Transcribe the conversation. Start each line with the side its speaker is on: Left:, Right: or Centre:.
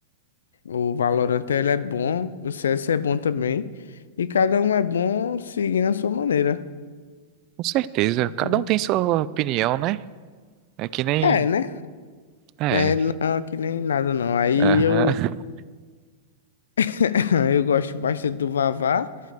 Left: o Valorant ele é bom, o CS é bom também. E cada um é bom seguindo a sua maneira.
Right: com certeza, cada
Left: né?
Right: um tem sua opinião, né? É que nem.
Left: É, né?
Right: É.
Left: É, não, que nem nada não. Aí
Right: Aham.
Left: eu <laughs> eu gosto bastante do Vavá,